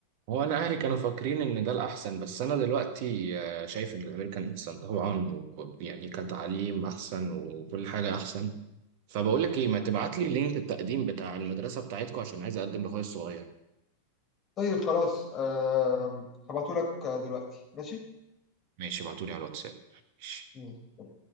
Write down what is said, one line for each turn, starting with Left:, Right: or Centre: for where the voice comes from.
Right: هو انا اهلي كانوا فاكرين ان ده الاحسن بس انا دلوقتي آه، شايف ان الامريكان احسن طبعا و- يعني كتعليم احسن وكل حاجه احسن فبقول لك ايه ما تبعت لي لينك التقديم بتاع المدرسه بتاعتكم عشان عايز اقدم لاخويا الصغير
Left: طيب خلاص أه... هبعتهولك دلوقتي ماشي
Right: ماشي ابعتولي على الواتساب ماشي.
Left: مم.